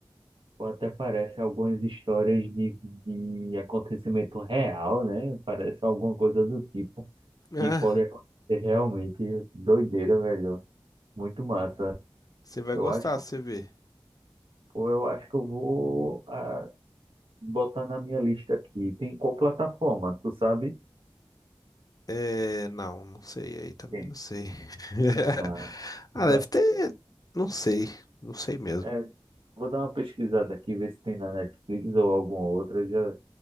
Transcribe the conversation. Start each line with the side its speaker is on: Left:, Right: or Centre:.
Right: ou até parece algumas histórias de, de acontecimento real, né? Parece alguma coisa do tipo
Left: <laughs>
Right: que
Left: Ah,
Right: pode acontecer realmente doideira, velho. Muito massa.
Left: você vai
Right: Eu
Left: gostar,
Right: acho
Left: você vê.
Right: Ou eu acho que eu vou ah, botar na minha lista aqui. Tem qual plataforma? Tu sabe?
Left: É, não, não sei, aí também
Right: tem
Left: não sei. <laughs>
Right: Ah,
Left: Ah,
Right: vou
Left: deve
Right: dar
Left: ter, não sei, não sei mesmo.
Right: é, vou dar uma pesquisada aqui, ver se tem na Netflix ou alguma outra. Já,